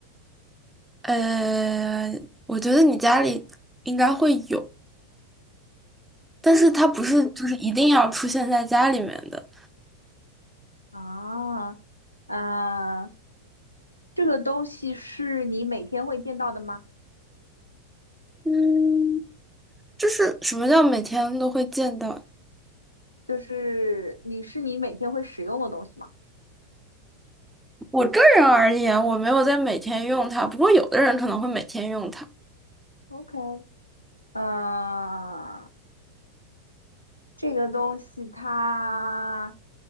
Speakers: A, in the centre; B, on the left (about 85°).
A: 呃，我觉得你家里应该会有，但是它不是就是一定要出现在家里面的。
B: 啊，啊，这个东西是你每天会见到的吗？
A: 嗯。就是什么叫每天都会见到？
B: 就是你是你每天会使用的东西吗？
A: 我个人而言，我没有在每天用它，不过有的人可能会每天用它。
B: OK，呃，这个东西它